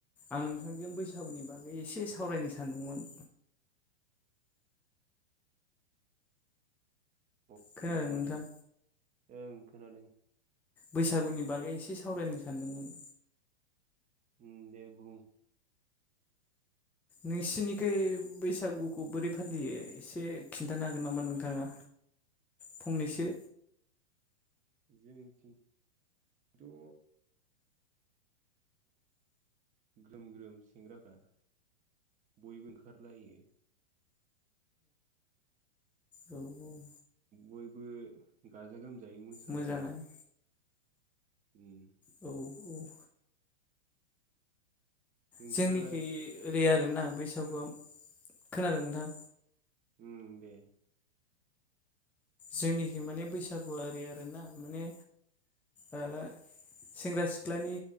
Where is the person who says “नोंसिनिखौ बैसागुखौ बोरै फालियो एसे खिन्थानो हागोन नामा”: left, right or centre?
Centre